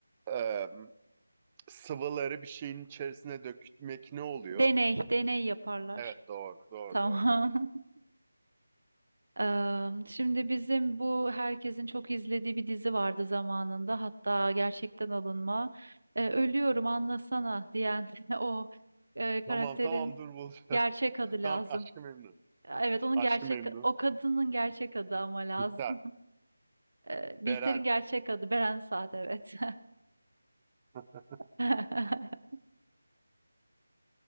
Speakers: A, on the right (about 20°); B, on the right (about 70°).
A: e, sıvıları bir şeyin içerisine dökmek ne oluyor?
B: deney, deney yaparlar.
A: Evet doğru doğru
B: Tamam.
A: doğru.
B: <laughs> Ee, şimdi bizim bu herkesin çok izlediği bir dizi vardı zamanında. Hatta gerçekten alınma. Ee, ölüyorum anlasana diyen <laughs> o e, karakterin
A: Tamam tamam dur bulacağım.
B: gerçek
A: <laughs>
B: adı
A: Tamam
B: lazım.
A: aşkı memnun.
B: Evet onun
A: Aşkı
B: gerçek
A: memnun.
B: o kadının gerçek adı ama lazım.
A: Biter.
B: Ee, Bihter'in
A: Beren.
B: gerçek adı Beren Saat evet.
A: <laughs>
B: <laughs>